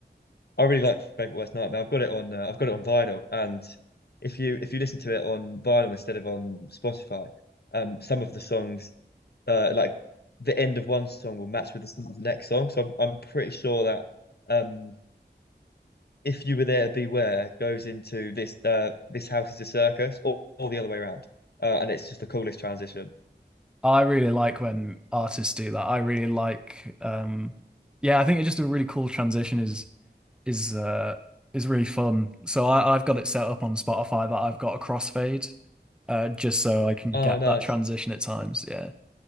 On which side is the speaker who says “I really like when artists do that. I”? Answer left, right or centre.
Centre